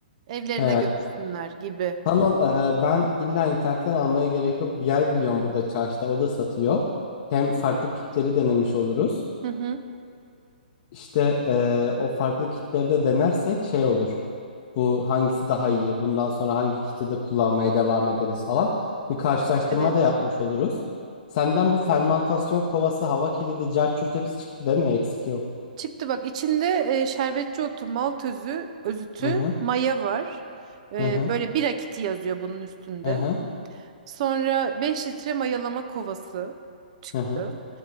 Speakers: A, on the right; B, on the left.
A: Evlerine
B: He.
A: götürsünler gibi.
B: Tamam e, ben illa internetten almaya gerek yok. Bir yer biliyorum burada çarşıda o da satıyor. Hem farklı kitleri denemiş oluruz.
A: Hı hı.
B: İşte e, o farklı kitleri de denersek şey olur. Bu hangisi daha iyi? Bundan sonra hangi kiti de kullanmaya devam ederiz falan. Bir karşılaştırma
A: Evet.
B: da yapmış oluruz. Senden bu fermantasyon kovası, hava kilidi, carçurt hepsi çıktı değil mi? Eksik yok.
A: Çıktı bak içinde e, şerbetçi otu, malt özü, özütü,
B: Hı hı
A: maya var. E,
B: hı hı
A: böyle bir akiti yazıyor bunun üstünde.
B: hı hı
A: Sonra 5 litre mayalama kovası çıktı.
B: hı hı